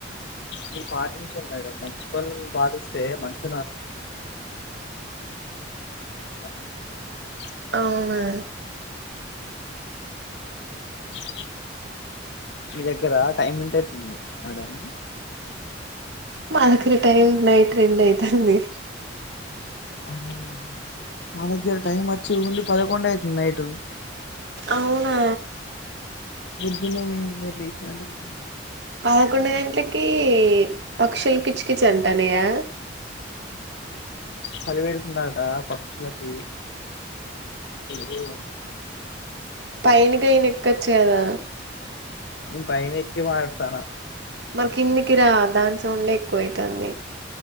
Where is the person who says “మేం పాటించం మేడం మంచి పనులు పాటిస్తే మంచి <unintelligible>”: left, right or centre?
Left